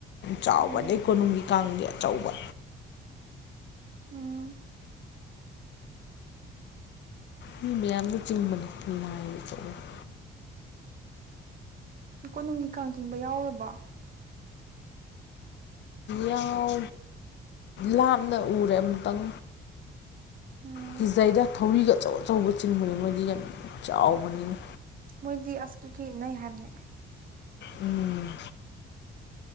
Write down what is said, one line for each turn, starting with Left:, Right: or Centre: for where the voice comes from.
Left: ꯆꯥꯎꯕꯅꯦ
Right: ꯎꯝ
Left: ꯀꯣꯅꯨꯡꯒꯤ ꯀꯥꯡꯗꯤ ꯑꯆꯧꯕ
Right: ꯎꯝ
Left: ꯃꯤ ꯃꯌꯥꯝꯅ ꯆꯤꯡꯕꯅꯤ ꯂꯥꯏꯒ ꯊꯣꯛꯑꯥꯒ
Right: ꯀꯣꯅꯨꯡꯒꯤ ꯀꯥꯡ ꯆꯤꯡꯕ ꯌꯥꯎꯔꯨꯔꯕꯣ
Left: ꯌꯥꯎ ꯂꯥꯞꯅ ꯎꯔꯦ ꯑꯃꯨꯛꯇꯪ
Right: ꯎꯝ
Left: ꯀꯤꯖꯩꯗ ꯊꯧꯔꯤꯒ ꯑꯆꯧ ꯑꯆꯧꯕ ꯆꯤꯡꯕꯅꯦ ꯃꯣꯏꯗꯤ ꯌꯥꯝ ꯆꯥꯎꯕꯅꯤꯅ
Right: ꯃꯣꯏꯗꯤ ꯑꯁ ꯀꯤꯀꯤ ꯏꯟꯅꯩ ꯍꯥꯏꯕꯅꯦ
Left: ꯎꯝ